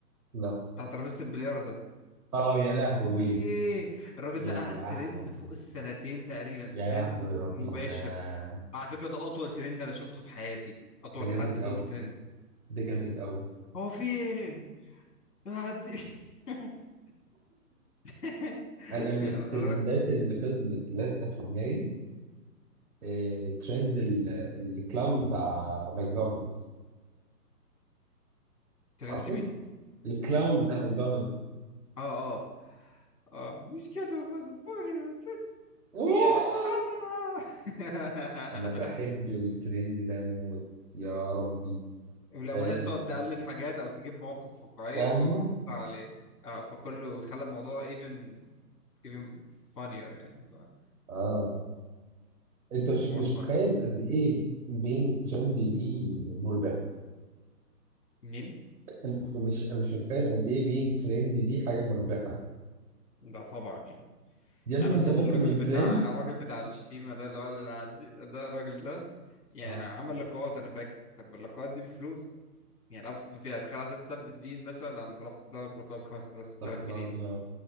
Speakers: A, on the right; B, on the left.
A: لا
B: بتاع ترابيزه البلياردو ده
A: اه يا لهوي
B: هو في ايه الراجل
A: يا
B: ده قعد
A: لهوي
B: ترند فوق السنتين تقريبا
A: يا
B: ترند
A: لهوي الراجل
B: مباشر
A: ده
B: على فكره ده اطول ترند انا شفته في حياتي اطول
A: ده
B: حد
A: جامد
B: فضل
A: قوي
B: ترند
A: ده جامد قوي
B: هو في ايه يا عدي <laughs> <laughs>
A: انا من الترندات
B: ر-
A: اللي فضلت لازقه في دماغي آه، ترند ال- الكلاون بتاع ماكدونالدز
B: ترند
A: عارفه
B: مين؟
A: الكلاون بتاع ماكدونالدز
B: اه اه اه مش كده motherfucker.
A: <laughs>
B: اه
A: انا بحب الترند ده موت يا ربي
B: <laughs> لا
A: آه
B: وناس تقعد تألف حاجات او تجيب مواقف واقعية
A: ايوه
B: وتقعد تحطها عليه اه فكله خلى الموضوع even even funnier يعني طبعا
A: اه انت مش
B: more
A: مش
B: fun
A: متخيل قد ايه بينج ترندي دي مربحه
B: منين؟
A: أنت مش مش متخيل قد ايه بينج ترندي دي حاجه مربحه
B: ده طبعا يعني
A: يا ابني
B: يعني مثلا
A: انت ممكن
B: الراجل
A: من
B: بتاع
A: ترند
B: الراجل بتاع الشتيمة ده اللي هو اللي عدي- ده الراجل ده يعني
A: اه
B: عمل لقاءات انا فاكر طب اللقاءات دي بفلوس يعني ابسط ما فيها تخيل عشان تثبت دين مثلا انا رحت طالب ركاب 5000 6000
A: استغفر
B: جنيه
A: الله العظيم
B: مثلا
A: يا رب